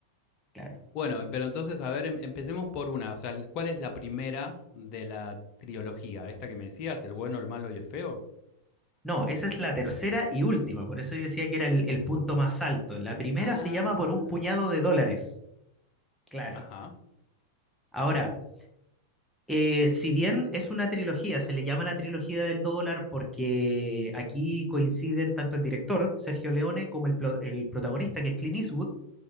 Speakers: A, in the centre; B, on the left.
A: Claro.
B: Bueno, pero entonces, a ver, em- empecemos por una. O sea, ¿cuál es la primera de la trilogía? ¿Esta que me decías, el bueno, el malo y el feo?
A: No, esa es la tercera y última, por eso yo decía que era el, el punto más alto. La primera
B: Ah.
A: se llama Por un puñado de dólares. Claro.
B: Ajá.
A: Ahora, eh, si bien es una trilogía, se le llama la trilogía del dólar porque aquí coinciden tanto el director, Sergio Leone, como el, plo- el protagonista, que es Clint Eastwood,